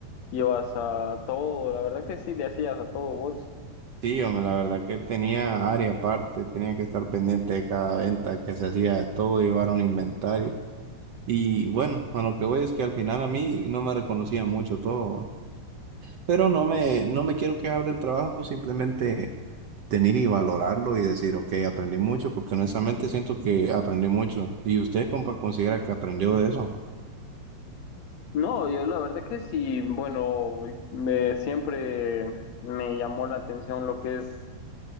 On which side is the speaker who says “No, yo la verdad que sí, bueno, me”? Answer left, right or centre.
Left